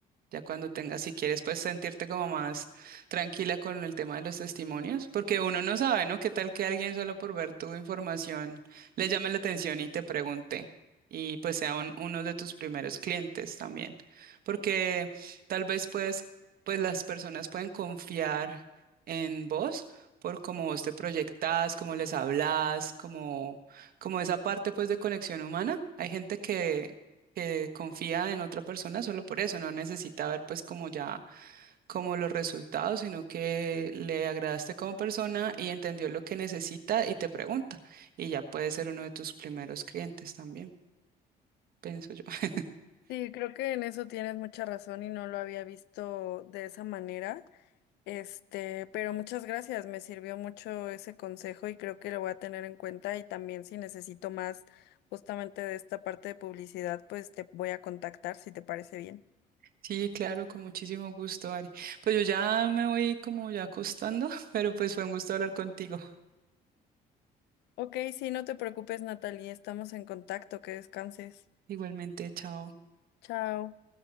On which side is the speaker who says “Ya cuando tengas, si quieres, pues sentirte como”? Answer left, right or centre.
Right